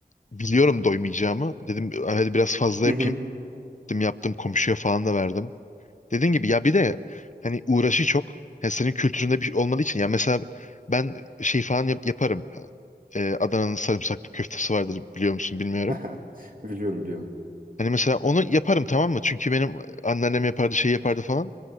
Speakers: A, on the left; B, on the right.
A: biliyorum doymayacağımı. Dedim hadi biraz fazla
B: Hı
A: yapayım.
B: hı.
A: Gittim yaptım komşuya falan da verdim. Dediğin gibi ya bir de hani uğraşı çok. Yani senin kültüründe bir şey olmadığı için ya mesela ben şey falan yap- yaparım. Ee, Adana'nın sarımsaklı köftesi vardır biliyor musun bilmiyorum.
B: <laughs> Biliyorum biliyorum.
A: Hani mesela onu yaparım tamam mı? Çünkü benim anneannem yapardı şey yapardı falan.